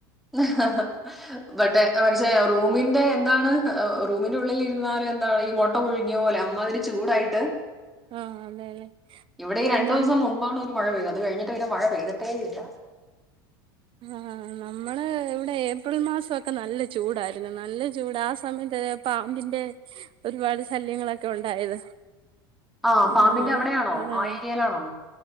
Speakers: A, in the centre; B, on the right.
A: ആ. <unintelligible> മറ്റേ പക്ഷേ റൂമിന്റെ എന്താണ് റൂമിന്റ ള്ളിൽ ഇരുന്നാൽ എന്താണ് ഈ അ മുട്ട പുഴുങ്ങിയ പോലെ അമ്മതിര് ചൂടായിട്ട്,
B: ആഹ് അതെല്ലേ
A: ഇവിടെ
B: ആഹ്
A: ഈ രണ്ടു
B: നം
A: ദിവസം മുമ്പ് ഒരു മഴ പെയ്തു, അത് കഴിഞ്ഞട്ട് പിന്നെ മഴ പെയ്തിട്ടേ ഇല്ല.
B: ആ, നമ്മൾ ഇവിടെ ഏപ്രിൽ മാസക്കെ നല്ല ചൂടായിരുന്നു, നല്ല ചൂട് ആ സമയത്ത് പാമ്പിന്റെ ഒരുപാട് ശല്യങ്ങളൊക്കെ ഉണ്ടായത്.
A: ആ,
B: ഉം
A: പാമ്പിന്റെ അവിടെയാണോ,
B: ആഹ്
A: ആ ഏരിയയിലാണോ?